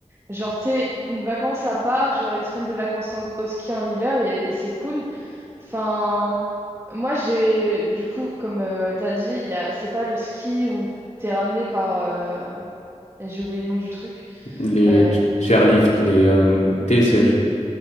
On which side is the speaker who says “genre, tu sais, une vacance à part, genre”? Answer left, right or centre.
Right